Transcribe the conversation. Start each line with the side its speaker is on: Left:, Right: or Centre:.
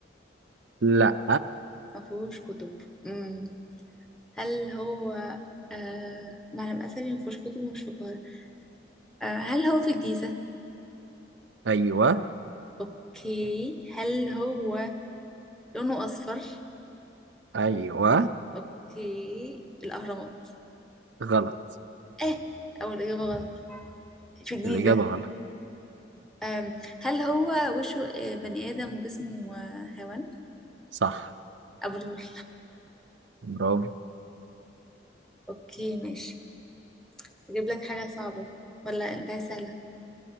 Right: لا
Centre: ما فيهوش كتب مم. هل هو أه معلم اثري ما فيهوش كتب ومش في القاهره أه هل هو في الجيزه
Right: ايوه
Centre: اوكي هل هو لونه اصفر
Right: ايوه
Centre: اوكي الاهرامات
Right: غلط
Centre: اه اول اجابه غلط في الجيزه
Right: الإجابة غلط
Centre: أم هل هو وشه آه، بني ادم وجسمه آه، حيوان
Right: صح
Centre: ابو الهول
Right: برافو
Centre: اوكي ماشي اجيب لك حاجة صعبة ولا انت عايز سهلة